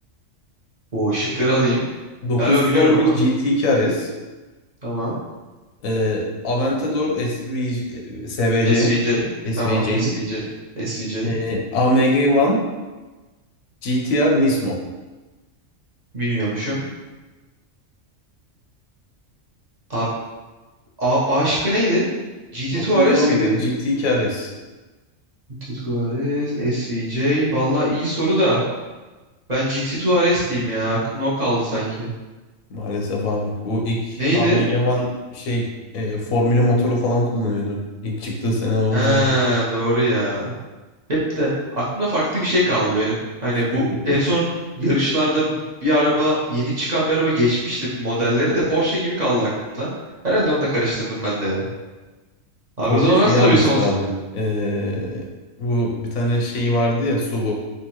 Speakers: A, on the right; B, on the left.
A: O şıkları alayım.
B: 911
A: Galiba biliyorum ama.
B: GT2 RS,
A: Tamam.
B: e, Aventador SV, SVJ,
A: SVJ.
B: SVJ,
A: Tamam SVJ. SVJ.
B: e, AMG One GTR Nismo.
A: Bilmiyormuşum. Abi, A, A şıkkı neydi? GT2
B: 911
A: RS miydi?
B: GT KRS.
A: GT Tuares, SVJ. Valla iyi soru da. Ben GT Tuares diyeyim ya. Aklımda o kaldı sanki.
B: Maalesef abi. Bu ilk
A: Neydi?
B: AMG One şey e, formülü motoru falan kullanıyordu. İlk çıktığı sene onlar.
A: He, doğru ya. Hep de aklımda farklı bir şey kaldı benim. Hani bu
B: <laughs>
A: en son yarışlarda bir araba yeni çıkan bir araba geçmişti. Modelleri de Porsche gibi kaldı aklımda. Herhalde onu da karıştırdım ben de ya. Abi
B: Porsche
A: o zaman
B: şeyi
A: ben sana
B: almıştı
A: bir son... so-
B: abi. E, bu bir tane şeyi vardı ya SUV